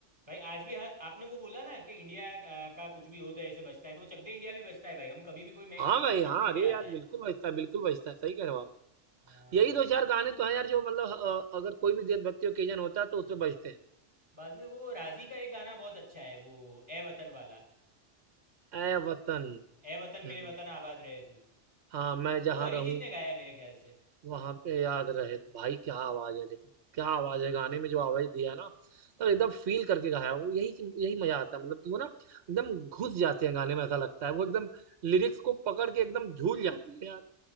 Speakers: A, on the right (about 20°); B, on the right (about 65°).
A: भाई आज भी हाथ आपने वो बोला ना कि इंडिया का का कुछ भी होता है ऐसे बचता है तो वो चक दे इंडिया भी बचता है भाई हम कभी भी कोई मैच
B: हाँ
A: जीतते
B: भाई
A: तो
B: हाँ
A: चक दे इंडिया
B: अरे
A: आता
B: यार बिल्कुल
A: है
B: बजता है बिल्कुल बजता है सही कह रहे हो आप
A: हाँ
B: यही
A: भाई
B: दो चार गाने तो हैं यार जो मतलब अ, अगर कोई भी देशभक्ति ओकेजन होता है तो उसमें
A: हाँ
B: बजते हैं
A: बाद में वो राजी का एक गाना बहुत अच्छा है वो ए वतन वाला
B: ऐ वतन
A: ए वतन
B: हम्म,
A: मेरे वतन आबाद रहे तू
B: हाँ मैं जहाँ
A: वो अरिजीत
B: रहूं
A: ने गाया है मेरे ख्याल से
B: वहां पे याद रहे तो भाई क्या आवाज है लेकिन क्या आवाज है गाने
A: हाँ
B: में
A: भाई
B: जो आवाज दिया है ना तो एकदम फील करके गाया है। वो यही यही मजा आता है मतलब कि वो ना एकदम घुस जाते हैं गाने में ऐसा लगता है वो एकदम लिरिक्स को पकड़ के एकदम झूल जाते हैं यार